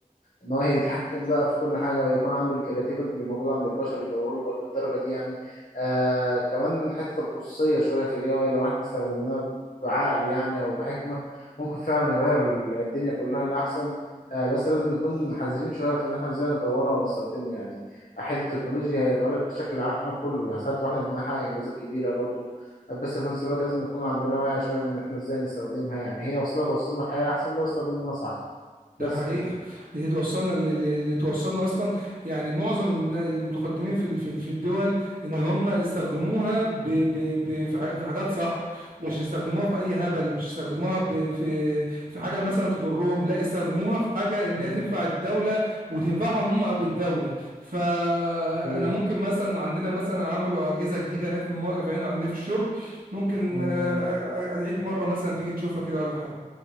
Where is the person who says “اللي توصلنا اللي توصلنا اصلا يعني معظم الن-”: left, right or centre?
Right